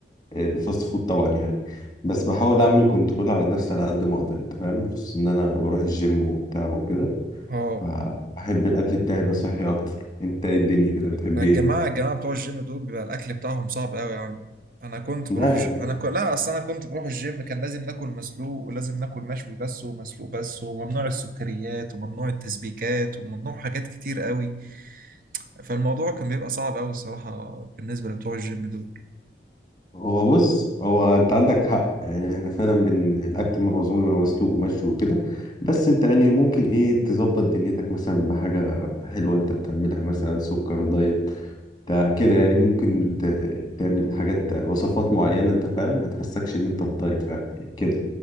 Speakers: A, on the left; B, on the right.
A: الفاست فود طبعا يعني بس بحاول أعمل كنترول على نفسي على قد ما أقدر أنت فاهم خصوصا إن أنا بروح الجيم وبتاع وكده
B: اه
A: فأحب الأكل بتاعي يبقى صحي أكتر أنت إيه الدنيا كده بتحب
B: لا
A: إيه؟
B: الجماعة الجماعة بتوع الجيم دول بيبقى الاكل بتاعهم صعب قوي يا عم انا كنت
A: لا
B: بروح الج...
A: يعني
B: انا ك... لا اصل انا كنت بروح الجيم كان لازم ناكل مسلوق ولازم ناكل مشوي بس ومسلوق بس وممنوع السكريات وممنوع التسبيكات وممنوع حاجات كتير قوي فالموضوع كان بيبقى صعب قوي الصراحة بالنسبة لبتوع الجيم دول
A: هو بص هو أنت عندك حق يعني إحنا فعلا بن الأكل معظمه بيبقى مسلوق ومشوي وكده بس أنت يعني ممكن إيه تظبط دنيتك مثلا بحاجة حلوة أنت بتعملها مثلا سكر دايت تع- كده يعني ممكن ت- تعمل حاجات وصفات معينة انت فاهم ما تحسكش ان انت في دايت فاهم كده